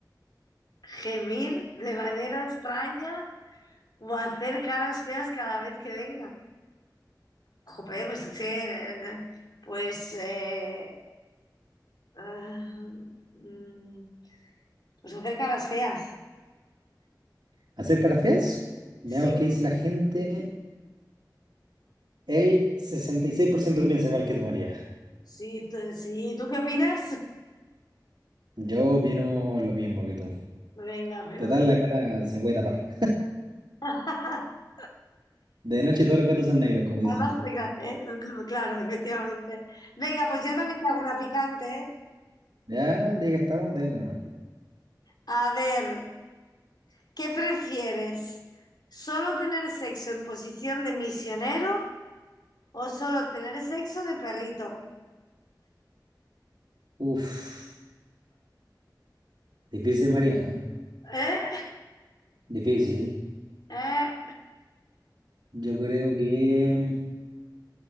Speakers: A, on the left; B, on the right.
A: Gemir de manera extraña o hacer caras feas cada vez que venga. Jope, pues es que, eh, pues, eh, ah, mm, pues hacer caras feas.
B: ¿Hacer caras feas? Veamos
A: Sí,
B: qué dice la gente. El 66% piensa igual que tú, María.
A: Sí, tú- sí, ¿tú qué opinas?
B: Yo opino lo mismo que tú.
A: Venga, fenomenal.
B: Total, la cara se puede tapar.
A: <laughs> Vale,
B: De noche todos los gatos son negros, como dicen.
A: Además, venga, eh, cl- claro, efectivamente. Venga, pues yo también te hago una picante, ¿eh?
B: Ya, día que estamos, dale nomás.
A: A ver, ¿qué prefieres? ¿Solo tener sexo en posición de misionero o solo tener sexo de perrito?
B: Uf, difícil, María, ¿eh?
A: ¿Eh?
B: Difícil.
A: ¿Eh?
B: Yo creo que mm,